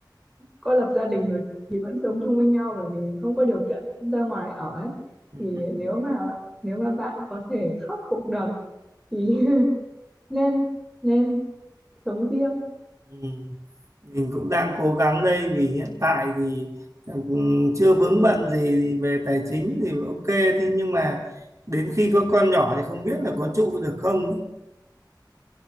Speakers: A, in the centre; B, on the right (about 40°).
A: có lập gia đình rồi thì vẫn sống chung với nhau bởi vì không có điều kiện ra ngoài ở ấy
B: ừm.
A: thì nếu mà nếu mà bạn có thể khắc phục được thì nên nên sống riêng
B: Ừ. Mình cũng đang cố gắng đây vì hiện tại thì ừ, chưa vướng bận gì về tài chính thì ok thế nhưng mà đến khi có con nhỏ thì không biết là có trụ được không